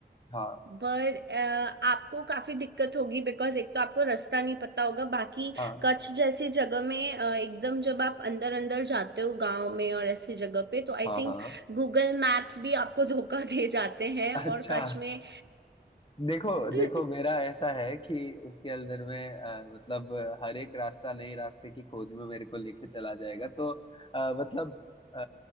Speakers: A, on the left; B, on the right.
A: हाँ
B: पर अ, आपको काफी दिक्कत होगी बिकॉज एक तो आपको रास्ता नहीं पता होगा बाकी
A: हाँ
B: कच्छ जैसी जगह में अ, एकदम जब आप अंदर अंदर जाते हो गांव में और ऐसी जगह पे तो आई
A: हाँ
B: थिंक
A: हाँ
B: गूगल मैप्स भी आपको धोखा दे जाते हैं
A: अच्छा
B: और कच्छ में
A: देखो
B: <clears throat>
A: देखो मेरा
B: <laughs>
A: ऐसा है कि उसके अंदर में अ, मतलब अ, हर एक रास्ता नए रास्ते की खोज में मेरे को लेके चला जाएगा तो अ, मतलब अ,